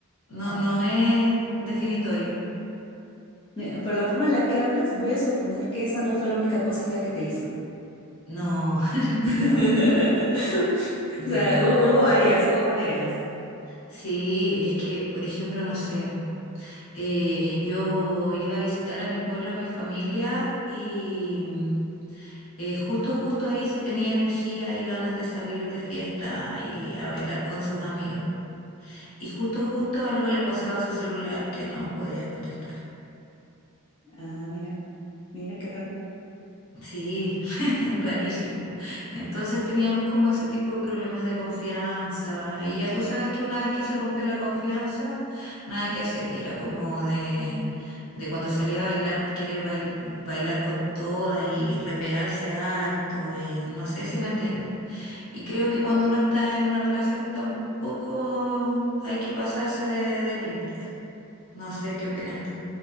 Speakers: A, on the left; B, on the left.
A: no, no es definitorio.
B: mira, por la forma en la que hablas, voy a suponer que esa no fue la única cosa fea que te hizo.
A: No, <laughs>
B: <laughs>
A: no, no,
B: O sea,
A: no, no.
B: hu- hubo, varias, hubo varias.
A: Sí, es que, por ejemplo, no sé, eh, yo iba a visitar a mi pueblo, a mi familia, y mm, eh, justo, justo ahí sí tenía energía y ganas de salir de fiesta y a bailar con sus amigos. Y justo, justo algo le pasaba a su celular que no podía contestar.
B: Ah, mira, mira qué raro.
A: Sí, <laughs> rarísimo. Entonces teníamos como ese tipo de problemas de confianza y ya tú sabes que una vez que se rompe la confianza, nada que hacer y era como de, de cuando salía a bailar, querer bail- bailar con todas y repegarse harto y no sé si me entiendes. Y creo que cuando uno está en una relación tampoco hay que pasarse de, de límites. No sé qué opinas tú.